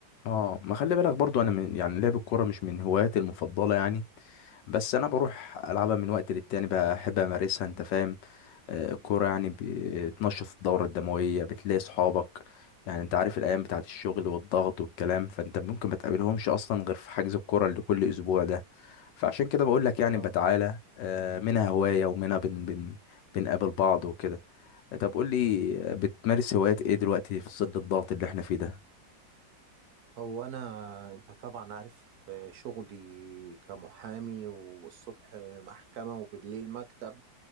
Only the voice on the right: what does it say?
اه
هو انا انت طبعا عارف آه، شغلي كمحامي والصبح محكمه وبالليل مكتب